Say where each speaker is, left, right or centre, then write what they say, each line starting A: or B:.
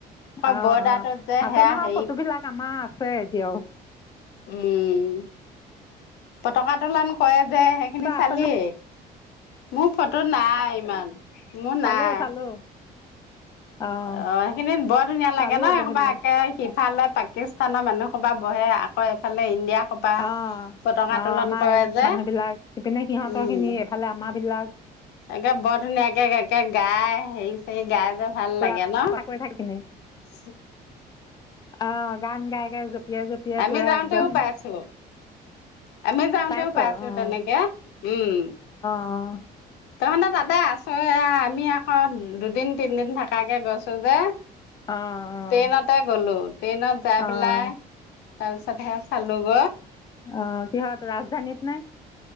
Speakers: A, on the left (about 25°); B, on the left (about 80°).
A: অ
B: বৰ্ডাৰটোত
A: অ
B: যে
A: আছে
B: সেয়া
A: নহয়
B: হেৰি
A: ফটো বিলাক আমাৰ আ ছে এতিয়াও
B: উম পতকাটোলান কৰে যে সেইখিনি
A: তহঁতৰ
B: চালি
A: আছেনে
B: মোৰ ফটো নাই ইমান মু
A: চালোঁ
B: নাই
A: চালোঁ অঁ
B: অ সেইখিনি বৰ ধুনীয়া লাগে
A: চালোঁ
B: ন? সেই সোপা
A: সেইবিলাক
B: একে সিফালে পাকিস্তানৰ মানুহ সোপা বহে আকৌ এইফালে ইণ্ডিয়া সোপা
A: অ
B: পতকা
A: অ
B: তোলন
A: আমাৰ
B: কৰে যে
A: মানুহ বিলাক ইপিনে সিহঁতৰ
B: উম
A: খিনি এফালে আমাৰ বিলাক
B: একে বৰ ধুনীয়াকে একে গাই হেৰি চৰি গাই যে ভাল
A: পূৰা
B: লাগে ন।
A: কথা কৈ থাকেনি অ' গান গাই-গাই জঁপিয়াই জপিয়াই
B: আমি
A: পুৰা
B: যাওঁতেও
A: একদম।
B: পাইছো আমি যাওঁতেও
A: পাইছ
B: পাইছো
A: অঁ অঁ
B: তেনেকে, উম।
A: অঁ
B: তহে, তাতে আচা এ আমি আকৌ দুদিন তিনদিন থাকাকে গৈছো যে।
A: অঁ অঁ
B: ট্ৰেইনতে গলো ট্ৰেইনত যাই
A: অ',
B: পেলাই তাৰ পিছত সেয়া চালো গ
A: অ কিহত ৰাজধানীত নে?